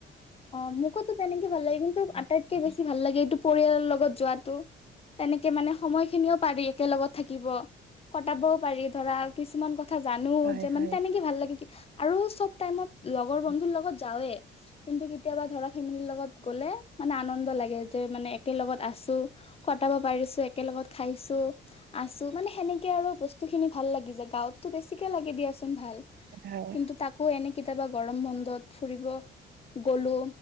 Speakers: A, on the left; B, on the right.
A: অ মোকোতো তেনেকে ভাল লাগে কিন্তু আটাইতকে বেছি ভাল লাগে এইটো পৰিয়ালৰ লগত যোৱাটো তেনেকে মানে সময় খিনিও পাৰি একেলগত থাকিব কটাবও পাৰি ধৰা কিছুমান কথা কথা জানো
B: হয়
A: যে মানে
B: হয়
A: তেনেকে ভাল লাগে কি আৰু চব টাইমত লগৰ বন্ধুৰ লগত যাওৱে কিন্তু কেতিয়াবা ধৰা ফেমিলিৰ লগত গ'লে মানে আনন্দ লাগে যে মানে একেলগত আছো কটাব পাৰিছো একেলগত খাইছো আছো মানে সেনেকে আৰু বস্তু খিনি ভাল লাগি যায় গাঁৱতো বেছিকে লাগে দিয়াচোন ভাল
B: হয়
A: কিন্তু তাকো এনে কেতিয়াবা গৰম বন্ধত ফুৰিব গলো